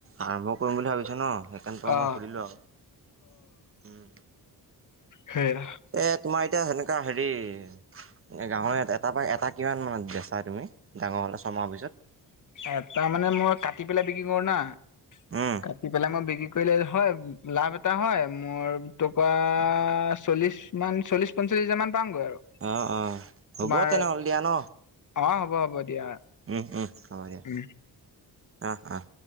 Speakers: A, on the right (about 35°); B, on the left (about 50°).
A: আৰম্ভ কৰিম বুলি ভাবিচো ন <unintelligible> সেইকাৰণটো
B: অ
A: মই সুধিলোঁ আৰু
B: সেইয়
A: এ তোমাৰ এতিয়া সেনেকুৱা হেৰি গাহৰি এটা পুৰা এটা কিমান মানত বেচা তুমি ডাঙৰ হ'লে ছমাহৰ পিছত
B: এটা মানে মই কাটি পেলাই বিক্ৰী কৰো না
A: উম
B: কাটি পেলাই মই বিক্ৰী কৰ কৰি হয় লাভ এটা হয় মোৰ তোমাৰ চল্লিছ মান চল্লিছ পঞ্চল্লিছ হাজাৰ মান গৈ আৰু
A: অ', অ', হ'ব
B: তোমাৰ
A: তেনেহ'লে দিয়া ন
B: অ হ'ব হ'ব দিয়া
A: উম উম হ'ব দিয়া
B: উম
A: আহ আহ